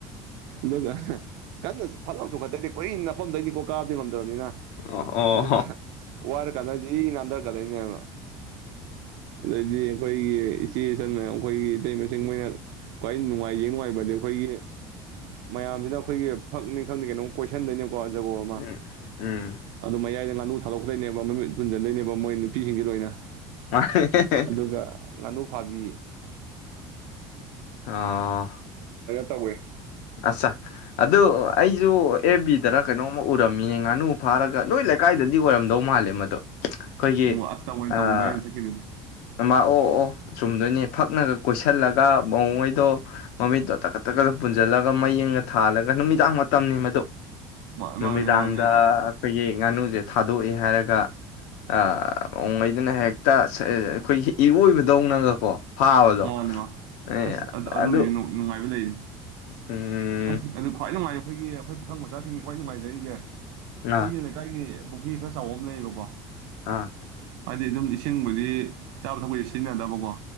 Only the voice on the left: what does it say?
ꯑꯣ ꯑꯣ
ꯎꯝ ꯎꯝ
ꯃꯥ ꯍꯦ ꯍꯦ꯫
ꯑꯥ꯫
ꯑꯠꯆꯥ ꯑꯗꯨ ꯑꯩꯁꯨ ꯑꯦꯐ_ꯕꯤ꯫ ꯗꯔ ꯀꯩꯅꯣꯝꯃ ꯎꯔꯝꯃꯤꯅꯦ ꯉꯥꯅꯨ ꯐꯥꯔꯒ ꯅꯣꯏ ꯂꯩꯀꯥꯏꯗꯗꯤ ꯑꯣꯏꯔꯝꯗꯧ ꯃꯥꯜꯂꯦ ꯃꯗꯣ꯫ ꯑꯩꯈꯣꯏꯒꯤ
ꯑꯥ
ꯃꯃꯥ ꯑꯣ ꯑꯣ ꯆꯨꯝꯗꯣꯏꯅꯦ ꯐꯛꯅꯒ ꯀꯣꯏꯁꯤꯜꯂꯒ ꯃꯧꯉꯩꯗꯣ ꯃꯃꯤꯠꯇꯣ ꯇꯛꯀꯠ ꯇꯛꯀꯠ ꯄꯨꯟ꯫ ꯄꯨꯨꯖꯤꯜꯂꯒ ꯃꯩ ꯑꯝꯒ ꯊꯥꯜꯂꯒ ꯅꯨꯃꯤꯗꯥꯡ ꯃꯇꯝꯅꯤ ꯃꯗꯨ꯫
ꯅꯨꯃꯤꯗꯥꯡꯗ
ꯑꯩꯈꯣꯏꯒꯤ꯫ ꯉꯥꯅꯨꯁꯦ ꯊꯥꯗꯣꯛꯑꯦ ꯍꯥꯏꯔꯒ ꯑꯥ ꯃꯧꯉꯩꯗꯨꯅ ꯍꯦꯛꯇ ꯁꯦ ꯑꯩꯈꯣꯏꯒꯤ ꯏꯔꯣꯏꯕꯗꯧꯅꯒꯀꯣ꯫ ꯐꯥꯕꯗꯣ
ꯑꯦ
ꯑꯗꯨ
ꯎꯝ
ꯑꯥ
ꯑꯥ